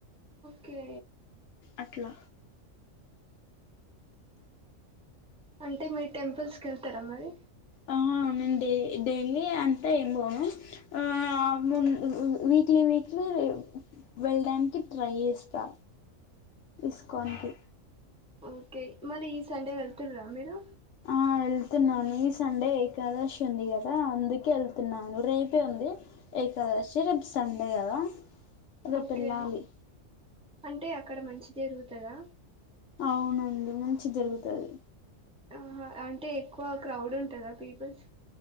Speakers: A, in the centre; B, on the left.
A: కె
B: అట్ల
A: అంటె మీరు టెంపుల్స్ కె తర మరి
B: ఆ అవునండి డైలి అంటె ఏం పోను ఆ ము వీక్లీ వీక్లీ వెళ్డానికి ట్రై చేస్తా ఇస్కాన్ కి
A: ఓకె మల్లి ఈ సండే వెళ్తున్నారా మీరు
B: ఆ వెళ్తున్నాను ఈ సండే ఏకాదశి ఉంది కదా అందుకె ఎళ్తున్నాను రేపు టే ఉంది ఏకాదష్ యతే రేపు సండే కదా రేపు
A: ఓకె
B: వెళ్ళాలి
A: అంటే అక్కడ మంచి జరుగుతదా
B: అవునండి మంచి జరుగుతాది
A: ఆహా అంటే ఎక్కువ క్రౌడ్ ఉంటదా పీపుల్స్